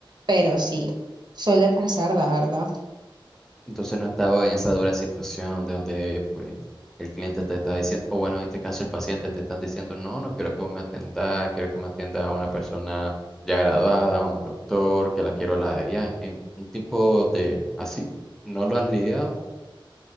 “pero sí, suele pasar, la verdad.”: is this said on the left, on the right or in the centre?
Right